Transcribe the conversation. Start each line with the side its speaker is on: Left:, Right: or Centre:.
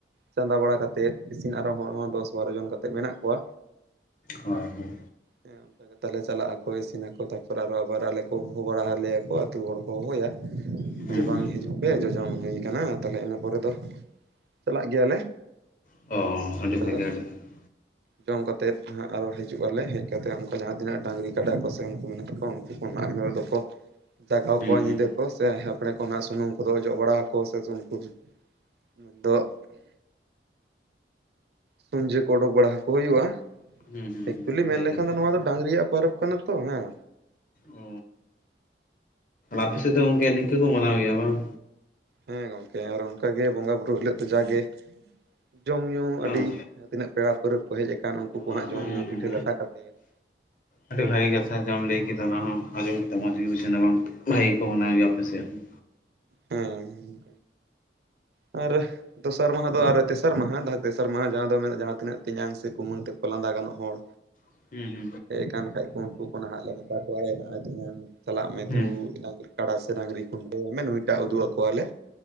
Right: ᱪᱟᱸᱫᱟ ᱵᱟᱲᱟ ᱠᱟᱛᱮᱜ ᱤᱥᱤᱱ ᱟᱨᱚ ᱦᱚᱲ ᱦᱚᱸ ᱫᱚᱥ ᱵᱟᱨᱚ ᱡᱚᱱ ᱠᱟᱛᱮᱫ ᱢᱮᱱᱟᱜ ᱠᱚᱣᱟ᱾
Left: ᱦᱳᱭ ᱦᱳᱭ
Right: ᱦᱮᱸ ᱚᱝᱠᱟ ᱠᱟᱛᱮᱞᱮ ᱪᱟᱞᱟᱜ ᱟᱠᱚ ᱤᱥᱤᱱᱟ ᱠᱚ ᱛᱟᱯᱚᱨ ᱟᱵᱟᱨ ᱟᱞᱮ ᱠᱚ ᱦᱚᱦᱚ ᱵᱟᱲᱟ ᱦᱟᱞᱮᱭᱟ ᱠᱚ ᱟᱹᱛᱩ ᱦᱚᱲ ᱠᱚ ᱦᱚᱦᱚᱭᱟ᱾
Left: ᱦᱩᱸ
Right: ᱡᱮ ᱵᱟᱝ
Left: ᱦᱩᱸ
Right: ᱦᱤᱡᱩᱜ ᱯᱮ ᱡᱚᱡᱚᱢ ᱦᱩᱭ ᱠᱟᱱᱟ ᱛᱟᱦᱞᱮ ᱤᱱᱟᱹ ᱯᱚᱨᱮ ᱫᱚ ᱪᱟᱞᱟᱜ ᱜᱮᱭᱟᱞᱮ
Left: ᱚ
Right: ᱚᱱᱠᱟ
Left: ᱟᱹᱰᱤ ᱵᱷᱟᱜᱮ
Right: ᱫᱚ
Left: ᱟᱹᱰᱤ ᱵᱷᱟᱜᱮ
Right: ᱡᱚᱢ ᱠᱟᱛᱮᱫ ᱦᱟᱜ ᱟᱨᱚ ᱦᱤᱡᱩᱜ ᱟᱞᱮ ᱦᱮᱡ ᱠᱟᱛᱮ ᱩᱱᱠᱟ ᱡᱟᱦᱟᱸ ᱛᱤᱱᱟᱹᱜ ᱰᱟᱹᱟᱝᱨᱤ ᱠᱟᱰᱟ ᱠᱚ ᱥᱮ ᱩᱱᱠᱩ ᱢᱮᱱᱟᱜ ᱠᱚᱣᱟ ᱩᱱᱠᱩ ᱠᱚ <unintelligible> ᱫᱚ ᱠᱚ ᱡᱟᱜᱟᱣ
Left: ᱦᱩᱸ
Right: ᱠᱚᱣᱟ
Left: ᱦᱩᱸ
Right: ᱧᱤᱫᱟᱹ ᱠᱚ ᱥᱮ, ᱦᱟᱯᱲᱮ ᱠᱚ ᱦᱜ ᱥᱩᱱᱩᱢ ᱠᱚᱫᱚ ᱚᱡᱚᱜ ᱵᱟᱲᱟ ᱟᱠᱚ ᱥᱮ ᱩᱱᱠᱩ <unintelligible> ᱫᱚᱜ ᱥᱩᱧᱡᱟᱹ ᱠᱚ ᱚᱰᱳᱠ ᱵᱟᱲᱟ ᱟᱠᱚ ᱦᱳᱭᱳᱜᱼᱟ ᱾
Left: ᱦᱩᱸ ᱦᱩᱸ
Right: ᱮᱠᱪᱩᱭᱮᱞᱤ
Left: ᱦᱩᱸ
Right: ᱢᱮᱱ
Left: ᱵᱷᱟᱜᱮ
Right: ᱞᱮᱠᱷᱟᱱ
Left: ᱠᱟᱛᱷᱟ
Right: ᱫᱚ ᱱᱚᱣᱟ ᱫᱚ ᱰᱟᱝᱨᱤᱭᱟᱜ ᱯᱚᱨᱚᱵᱽ ᱠᱟᱱᱟ ᱛᱚ ᱦᱮᱸ
Left: ᱚ ᱟᱯᱮ ᱥᱮᱫ ᱫᱚ ᱜᱚᱝᱠᱮ ᱱᱤᱝᱠᱟᱹ ᱠᱚ ᱢᱟᱱᱟᱣ ᱜᱮᱭᱟ ᱵᱟᱝ?
Right: ᱦᱮᱸ ᱜᱚᱝᱠᱮ ᱟᱨ ᱚᱱᱠᱟᱜᱮ ᱵᱚᱸᱜᱟ ᱵᱩᱨᱩ ᱦᱤᱞᱳᱜ ᱫᱚ ᱡᱟᱜᱮ ᱡᱚᱢ ᱧᱩ ᱟᱹᱰᱤ
Left: ᱵᱟᱝ
Right: ᱡᱟᱦᱟᱸ ᱛᱤᱱᱟᱹᱜ ᱯᱮᱲᱟ ᱯᱟᱹᱨᱟᱹ ᱠᱚ ᱦᱮᱡ ᱟᱠᱟᱱ ᱩᱝᱠᱩ ᱠᱚ
Left: ᱦᱩᱸ
Right: ᱦᱟᱸᱜ ᱡᱚᱢᱼᱧᱩ ᱯᱤᱴᱷᱟᱹ
Left: ᱦᱩᱸ
Right: ᱞᱟᱴᱷᱟ ᱠᱟᱛᱮᱜ <inaudible>
Left: ᱟᱹᱰᱤ ᱵᱷᱟᱜᱤ ᱠᱟᱛᱷᱟ ᱡᱟᱢ ᱞᱟᱹᱭ ᱠᱮᱫᱟ ᱚᱱᱟ ᱦᱚᱸ ᱟᱸᱡᱚᱢ ᱠᱟᱛᱮ ᱢᱚᱸᱡᱽ ᱜᱮ ᱵᱩᱡᱷᱱᱟ ᱜᱚᱝᱠ ᱵᱷᱟᱜᱮ ᱠᱚ ᱢᱟᱱᱟᱣ ᱜᱮᱭᱟ ᱟᱯᱮᱥᱮᱜ ᱦᱚᱸ
Right: ᱦᱮᱸ ᱟᱨ ᱫᱚᱥᱟᱨ ᱢᱟᱦᱟ ᱫᱚ ᱟᱨ ᱛᱮᱥᱟᱨ ᱢᱟᱦᱟ ᱛᱮᱥᱟᱨ ᱢᱟᱦᱟ ᱡᱟᱦᱟᱸ ᱫᱚ ᱡᱟᱦᱟᱸ ᱛᱤᱱᱟᱹᱜ ᱛᱮᱧᱟᱝ ᱥᱮ ᱠᱩᱢᱟᱹᱝ ᱛᱮᱠᱚ ᱞᱟᱸᱫᱟ ᱜᱟᱱᱚᱜ ᱦᱚᱲ
Left: ᱦᱚᱸ
Right: ᱦᱮᱡ ᱟᱠᱟᱱ ᱠᱷᱟᱡ ᱠᱚ ᱩᱱᱠᱩ ᱠᱚ ᱱᱟᱦᱟᱜ ᱞᱮ ᱢᱮᱛᱟ ᱠᱚᱣᱟ ᱮ ᱱᱟᱜ ᱟᱭ ᱫᱷᱩᱭ ᱢᱮ ᱪᱟᱞᱟᱜ ᱢᱮ
Left: ᱦᱩᱸ ᱦᱩᱸ
Right: ᱫᱩ ᱰᱟᱝᱨᱤ-ᱠᱟᱲᱟ ᱥᱮ ᱰᱟᱝᱨᱤ ᱠᱷᱩᱱᱴᱟᱹᱣ ᱢᱮᱱ ᱱᱩᱭᱴᱟᱜ ᱩᱫᱩᱜ ᱟᱠᱚᱣᱟᱞᱮ